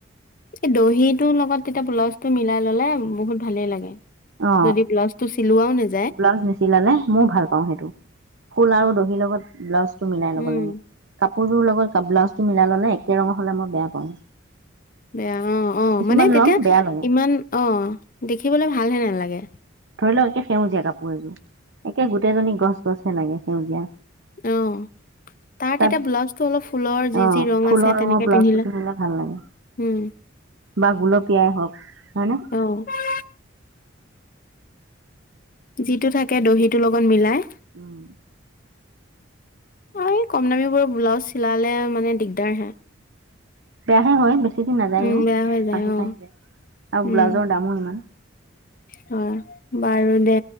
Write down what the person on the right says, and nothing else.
অ
ব্লাউজ নিচিলালে মই ভাল পাওঁ সেইটো ফুল আৰু দহিৰ লগত ল টো মিলাই ল'ব
লাগে কাপ সৰুৰ লগত ক ব্লাউজটো মিলাই ল'লে একে ৰঙৰ হ'লে মই বেয়া পাওঁ
কিছুমান
ৰং বেয়া লাগে
ধৰি লওক একে সেউজীয়া কাপোৰ এযোৰ একে গোটেইজনী গছ গছহে লাগে সেউজীয়া
তাত
অ',
ফুলৰ
ৰঙৰ
ব্লাউজটো
ভাল লাগে
বা গুলপীয়াই হওক হয়নে?
উম
বেয়াহে হয় বেছি দি নাযায়ও
আহাহি
পাহিলে আৰু
ব্লাউজৰ দামো ইমান